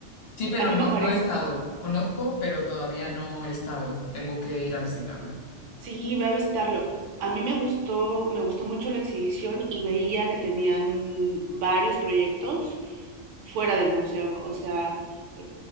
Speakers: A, on the left (about 60°); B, on the right (about 80°).
A: Sí, pero
B: A mí
A: no,
B: me parece,
A: no he estado. Conozco, pero todavía no he estado. Tengo que ir a visitarlo.
B: Sí, voy a visitarlo. A mí me gustó, me gustó mucho la exhibición y veía que tenían varios proyectos fuera del museo, o sea, eh,